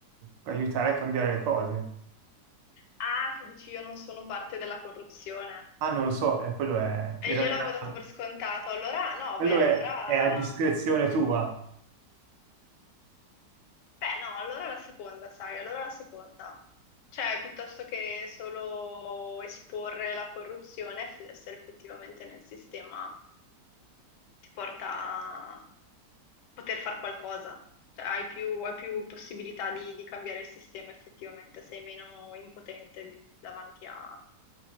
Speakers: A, on the right (about 85°); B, on the left (about 75°).
A: aiutare a cambiare le cose.
B: Ah, tu dici io non sono parte della corruzione.
A: Ah, non lo so, eh, quello è,
B: E
A: in realtà,
B: io l'avevo dato per scontato, allora no,
A: quello
B: beh, allora...
A: è, è a discrezione tua.
B: Beh, no, allora la seconda, sai, allora la seconda. Cioè, piuttosto che solo esporre la corruzione, f- essere effettivamente nel sistema ti porta a poter fare qualcosa, cioè hai più, hai più possibilità di, di cambiare il sistema effettivamente, sei meno impotente di- davanti a-